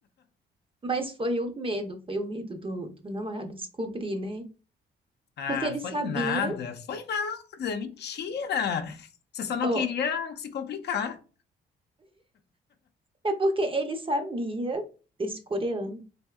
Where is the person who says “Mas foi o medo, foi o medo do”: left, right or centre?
Right